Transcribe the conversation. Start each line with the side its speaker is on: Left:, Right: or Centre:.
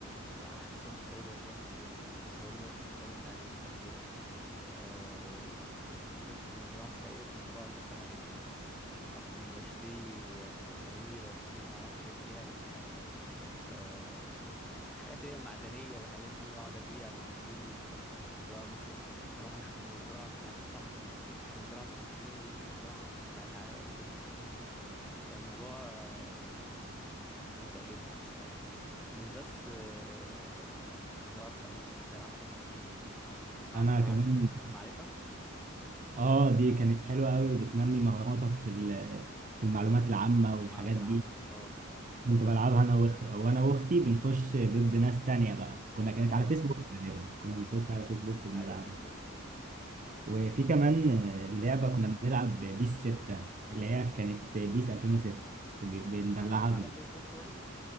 Centre: بيبقى احسن شعور والله في الدنيا الشعور الشعور بتاع النوستالجيا ده آه كنت كنت فاكر في المزرعة السعيدة كنت بقعد مثلا آه أطلب واشتري آه، مسامير واشتري ما اعرفش اللي هي ال- آه الحاجات اللي هي المعدنية والحاجات دي واقعد أبيع واشتري وكنت بقى كنت بقى مثلا أروح أشوف المزرعة بتاعت صاحبي والمزرعة بتاعت خالي والمزرعة ما اعرفش بتاعت ع- بنت عمتي كان الموضوع آه يعني ممتع جدا بصراحة ومش بس آه، المزرعة السعيدة كان في ألعاب تانية كتير تسمع
Right: <laughs> انا
Centre: مثلا
Right: كمان
Centre: عن سيف المعرفة
Right: اه دي كانت حلوه قوي وبتنمي مهاراتك في ال- في المعلومات العامه والحاجات
Centre: المعلومات العامة
Right: دي
Centre: اه
Right: كنت بلعبها انا وأخ... وانا واختي بنخش ضد ناس تانية بقى كنا كانت
Centre: اه
Right: على فيسبوك تقريبا كنا بنخش على فيسبوك وبنلعبها
Centre: ايوه فيسبوك
Right: وفي كمان آه، لعبه كنا بنلعب بيس 6 اللي هي كانت بيس 2006 بندلعها
Centre: على ال... على فيسبوك برضو